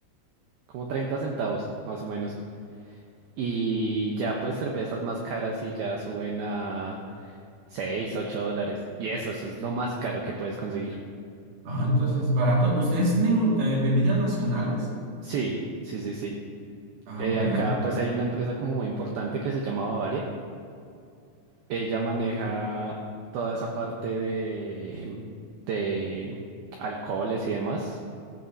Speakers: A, on the right; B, on the right.
A: como 30 centavos más o menos. Y ya pues cervezas más caras y ya suben a 6 8 dólares. Y eso, eso es lo más caro que puedes conseguir.
B: Ah, entonces, barato. ¿Ustedes tienen eh, bebidas nacionales?
A: Sí, sí, sí, sí.
B: Ah,
A: Eh,
B: por
A: acá
B: eso.
A: pues hay una empresa como muy importante que se llama Bavaria. Ella maneja toda esa parte de, de alcoholes y demás.